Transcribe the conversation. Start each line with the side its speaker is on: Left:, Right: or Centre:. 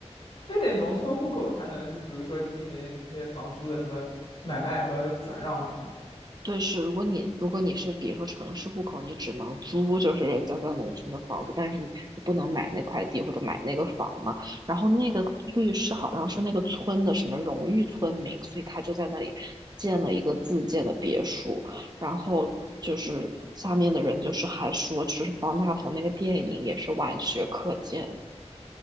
Left: 非得农村户口才能，就比如说进行这些房租的什么买卖和转让，好像
Right: 对，是，如果你如果你是比如说城市户口，你只能租就是人家在农村的房子，但是你你不能买那块地或者买那个房嘛。然后那个律师好像是那个村的什么荣誉村民，所以他就在那里建了一个自建的别墅。然后就是下面的人就是还说，就是方大同那个电影也是晚学课件，